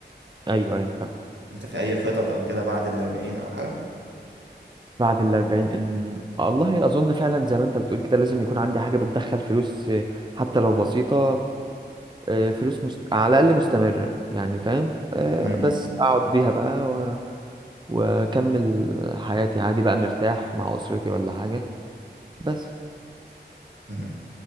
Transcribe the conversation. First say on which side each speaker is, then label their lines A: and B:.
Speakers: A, on the right; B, on the right.
A: ايوه ايوه فاهم
B: انت في اي خطط او كده بعد الأربعين او حاجه
A: بعد الأربعين إن... آه، والله أظن فعلا زي ما أنت بتقول كده لازم يكون عندي حاجة بتدخل فلوس آه، حتى لو بسيطة آه، فلوس مست... على الأقل مستمرة يعني فاهم آه،
B: أمم،
A: بس أقعد بيها بقى و... وأكمل حياتي عادي بقى مرتاح مع أسرتي ولا حاجة بس
B: أمم.